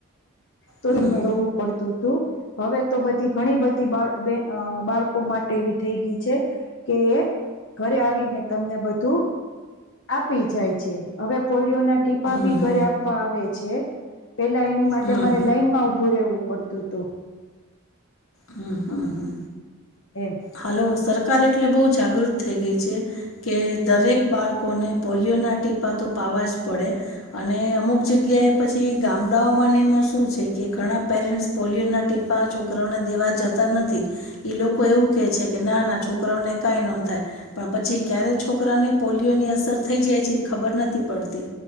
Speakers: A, on the left (about 60°); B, on the left (about 90°).
A: તો
B: હમ
A: એને
B: હમ
A: જવું પડતું હતું હવે તો બધી ઘણી બધી બાળ બે બાળ કો માટે એવી થઈ ગઈ છે કે એ ઘરે આવીને તમને બધું આપી જાય છે. હવે પોલિયોના ટીપા બી
B: હમ
A: ઘરે આપવા આવે છે. પેલા એની માટે
B: હમ હમ હમ હમ હમ
A: અમારે
B: હમ
A: લાઈન માં ઊભું રહેવું પડતું તું.
B: હમ્મ, હમ્મ, હમ્મ.
A: એમ
B: હાલો સર કાર એટલે બહ જાગૃત થઈ ગઈ છે કે દરેક બાળકોને પોલિયો ના ટીપા તો પા અવાજ પડે અને અમુક જગ્યાએ પછી ગામડાઓમાં શું છે કે ઘણા પેર મેન્સ પોલયો ના ટીપા છોકરાને દેવા જતા નથી લોકો એવું કે છે કે ના ના છોકરાઓને કઈ ન થાય પણ પછી ક્યારે છોકરાને પોલિયોની અસર થઈ જાય છે એ ખબર નથી પડતી